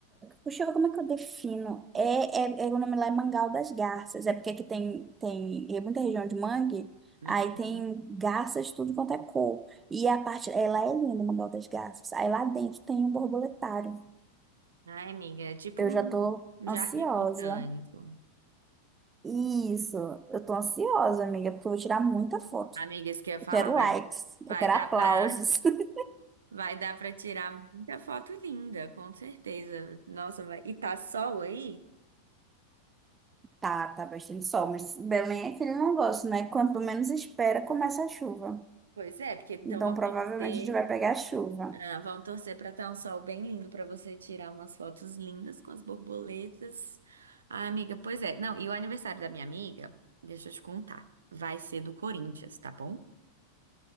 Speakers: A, on the right; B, on the right.
A: Puxa, como é que eu defino? É, é, é- o nome lá é Mangal das Garças. É porque aqui tem, tem, é muita região de mangue,
B: Uhum.
A: aí tem garças de tudo quanto é cor. E a parte, ela é linda, o Mangal das Garças. Aí lá dentro tem um borboletário.
B: Ai, amiga, é tipo
A: Eu
B: um
A: já tô
B: um jardim
A: ansiosa.
B: botânico.
A: Isso, eu tô ansiosa, amiga, porque eu vou tirar muita foto.
B: Amiga, isso que eu ia falar,
A: Eu quero
B: vai,
A: likes,
B: vai
A: eu quero
B: dar
A: aplausos.
B: pra,
A: <laughs>
B: vai dar pra tirar muita foto linda, com certeza. Nossa, vai... e tá sol aí?
A: Tá, tá bastante sol, mas Belém é aquele negócio, né? Quanto menos espera, começa a chuva.
B: Pois é, porque então
A: Então,
B: vamos
A: provavelmente
B: torcer.
A: a gente vai pegar chuva.
B: Ah, vamos torcer para estar um sol bem lindo para você tirar umas fotos lindas com as borboletas. Ah, amiga, pois é. Não, e o aniversário da minha amiga, deixa eu te contar, vai ser do Corinthians, tá bom?